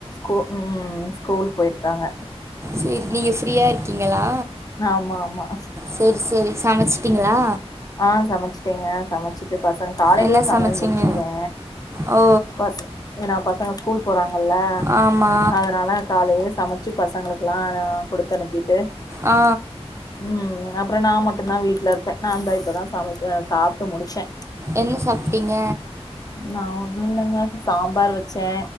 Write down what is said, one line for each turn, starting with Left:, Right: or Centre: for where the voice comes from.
Left: கோ ம் ஸ்கூல் போய்ர்க்காங்க
Right: சேரி நீங்க ஃப்ரீயா இருக்கீங்களா
Left: ஆமா ஆமா
Right: சேரி சேரி சமச்சு ட்டீங்களா
Left: ஆ சமச்சுட்டேங்க சமச்சிட்டு பசங் காலைலே
Right: என்ன
Left: சமையல்
Right: சமச்சிங்க
Left: முடிச்சிருவே
Right: ஓ
Left: பஸ் ஏனா பசங்க ஸ்கூல் போறாங்கல்ல
Right: ஆமா
Left: அதனால காலைலே சமச்சு பசங்களுக்குல்லா நா குடுத்தனுப்பீட்டு
Right: ஆ
Left: ம் அப்பறோ நா மட்டுந்தா வீட்ல இருப்பே நானுந்தா இப்பதா சமச் அ சாப்ட்டு முடிச்சே
Right: என்ன சாப்ட்டீங்க
Left: நா ஒன்னுல்லங்க சாம்பார் வெச்சே